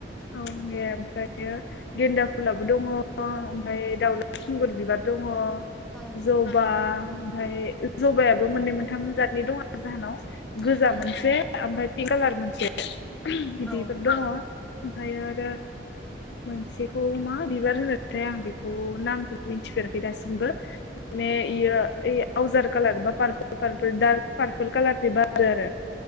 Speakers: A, on the left (about 65°); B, in the centre.
A: औ बे ओमफ्रायो गेन्दा फुलाबो दङ ओमफाय दावला सिंगुर बिबार दङ
B: औ
A: जबा ओमफाय जबायाबो मोननै मोनथाम जातनि दङ आरो जाहानाव
B: उम
A: गोजा
B: उम
A: मोनसे ओमफाय पिं कालार मोनसे बिदिफोर
B: औ
A: दङ ओमफायो आरो मोनसेखौ मा बिबार होनोमोन्थाय आं बेखौ नामखौ मिथिफेराखै दासिमबो माने
B: औ
A: इयो ओयै आवजार कालार बा पारपोल पारपोल दार कालारनि बारो आरो